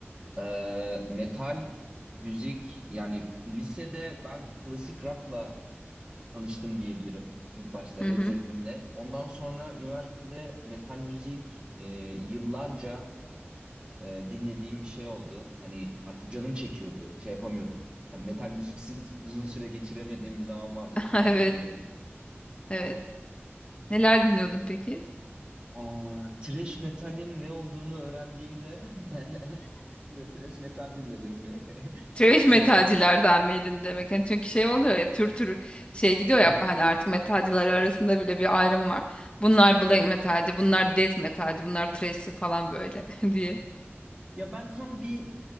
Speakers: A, on the right (about 20°); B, on the left (about 25°).
A: Ee, metal müzik yani lisede ben klasik rock'la tanıştım diyebilirim. İlk başta Led
B: Hı hı.
A: Zeppelin'le. Ondan sonra üniversitede metal müzik e, yıllarca e, dinlediğim bir şey oldu. Hani artık canım çekiyordu. Şey yapamıyordum. Yani metal müziksiz uzun süre geçiremediğim bir zaman vardı. Çok
B: <laughs>
A: fazla
B: Evet,
A: dinliyordum.
B: evet. Neler dinliyordun peki?
A: Aa, thrash metalin ne olduğunu öğrendiğimde <laughs> uzun süre thrash metal dinledim bir. <laughs>
B: Trash
A: Mesela
B: metalcilerden
A: met-
B: miydin demek. Yani çünkü şey oluyor ya tür tür şey gidiyor
A: Hı
B: ya
A: hı.
B: hani artık metalcileri arasında bile bir ayrım var. Bunlar
A: Evet.
B: black metalci, bunlar death metalci, bunlar thrashçi falan böyle <laughs> diye.
A: Ya ben tam bir